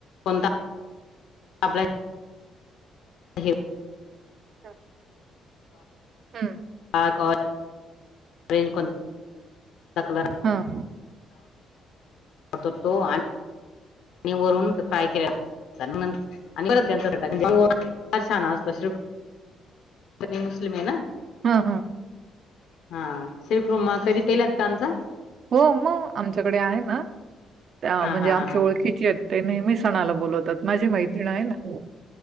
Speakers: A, on the left; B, on the right.
A: कोणता आपला. हिरवा
B: ह्. ह्म.
A: हा को <unintelligible> कलर
B: हा.
A: त, तो आण. नी वरुन, फ्राय केला. <unintelligible> तुम्ही मुस्लिमये ना?
B: हा-हा.
A: हा. शिरखुरमा कधी, पीलात का आमचा? ‌
B: हो मग आमच्याकडे आहे ना त्या
A: हा
B: म्हणजे
A: हा
B: आमच्या
A: हा हा
B: ओळखीचे आहेत ते नेहमी सणाला बोलवतात माझी मैत्रीिण ना